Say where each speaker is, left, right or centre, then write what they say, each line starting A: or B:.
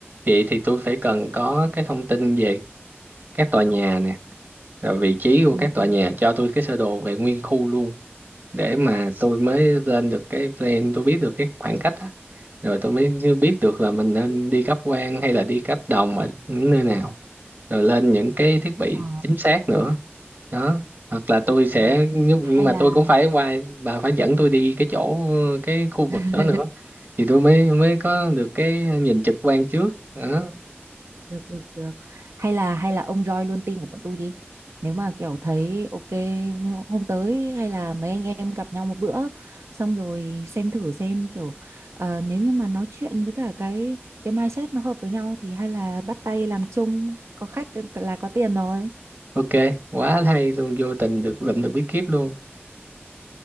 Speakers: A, on the right (about 45°); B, on the right (about 80°).
A: vậy thì tôi phải cần có cái thông tin về các tòa nhà nè rồi vị trí của
B: Ừm,
A: các tòa nhà cho tôi cái sơ đồ về nguyên khu luôn để mà tôi mới lên được cái plan tôi biết được cái khoảng cách á rồi tôi mới biết được là mình nên đi cáp quang hay là đi cáp đồng ở những nơi nào rồi lên những cái thiết bị
B: ờ,
A: chính xác nữa đó hoặc là tôi sẽ
B: ờ.
A: nhưng
B: hay
A: nhưng mà
B: là
A: tôi cũng phải qua bà phải dẫn tôi đi cái chỗ cái khu vực
B: <laughs>
A: đó nữa thì tôi mới mới có được cái nhìn trực quan trước đó
B: được được được hay là hay là ông join luôn team của bọn tôi đi nếu mà kiểu thấy ok hôm tới hay là mấy anh em gặp nhau một bữa xong rồi xem thử xem kiểu ờ, nếu như mà nói chuyện với cả cái cái mindset nó hợp với nhau thì hay là bắt tay làm chung có khách ờ, là có tiền rồi
A: ok quá hay luôn vô tình được lượm được bí kíp luôn